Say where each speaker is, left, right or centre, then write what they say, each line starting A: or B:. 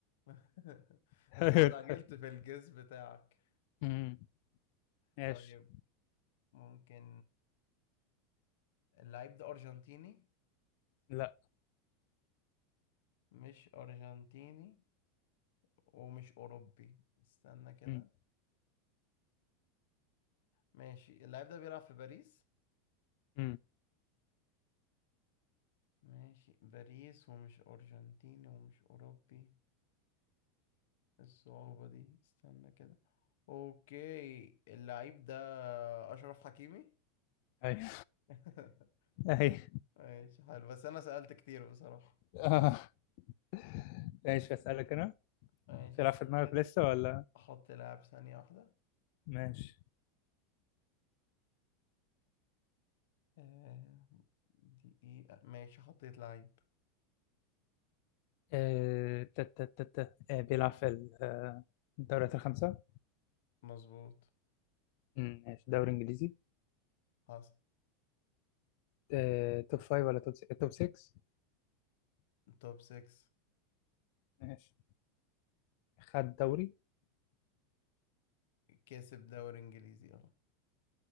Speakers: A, on the left; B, on the left.
A: <laughs>
B: <laughs>
A: أنت استعجلت في الجيس بتاعك
B: أمم، ماشي
A: طيب ممكن اللعيب ده أرجنتيني
B: لا
A: مش أرجنتيني ومش أوروبي استنى كده
B: أمم،
A: ماشي اللعيب ده بيلعب في باريس
B: أمم،
A: ماشي باريس ومش أرجنتيني ومش أوروبي إيه الصعوبة دي استنى كده أوكي اللعيب ده أشرف حكيمي
B: أي
A: <laughs>
B: أي
A: ماشي حلو بس انا سألت كتير بصراحة
B: آه. <laughs> ماشي أسألك أنا
A: ماشي
B: في
A: استنى
B: لعب في دماغك
A: كده
B: لسه ولا
A: احط لاعب ثانية واحدة
B: ماشي
A: آه، دقيقة ماشي حطيت لعيب
B: آه، تا- تا- تا- تا. آه، بيلعب في ال- آه، الدوريات الخمسة
A: مظبوط
B: مم، ماشي دوري إنجليزي
A: حصل
B: آه، توب فايف ولا توب سي- توب 6
A: توب 6
B: ماشي خد دوري
A: كسب دوري انجليزي اه